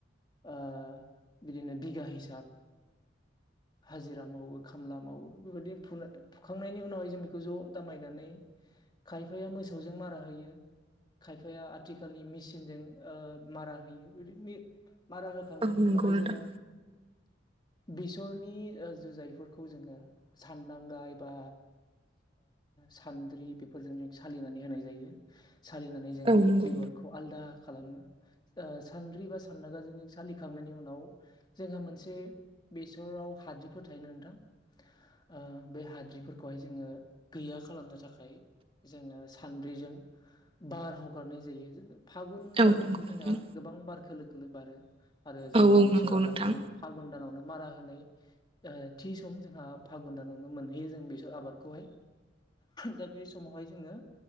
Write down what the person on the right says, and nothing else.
औ नंगौ
नोंथां
औ
नंगौ
औ
नंगौ
नोंथां
औ औ
नंगौ
नोंथां